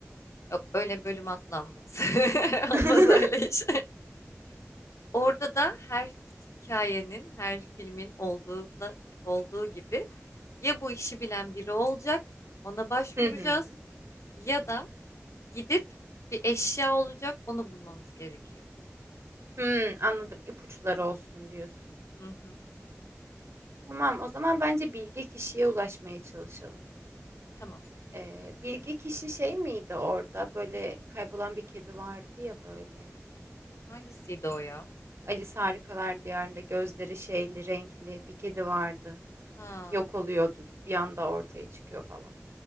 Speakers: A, on the left; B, on the right.
A: Yok, öyle bölüm atlanmaz. <laughs> Olmaz
B: <laughs>
A: öyle iş. Orada da her hikayenin, her filmin olduğuna, olduğu gibi ya bu işi bilen biri olacak, ona başvuracağız
B: Hı hı.
A: ya da gidip bir eşya olacak, onu bulmamız gerekiyor.
B: Hmm, anladım. İpuçları olsun diyorsun.
A: Hı hı,
B: Tamam, o zaman bence bilge kişiye ulaşmaya çalışalım.
A: tamam.
B: Ee, bilge kişi şey miydi orada? Böyle kaybolan bir kedi vardı ya böyle.
A: Hangisiydi o ya?
B: Alice Harikalar Diyarı'nda gözleri şeyli, renkli bir kedi vardı.
A: Ha,
B: Yok oluyordu. Bir anda ortaya çıkıyor falan.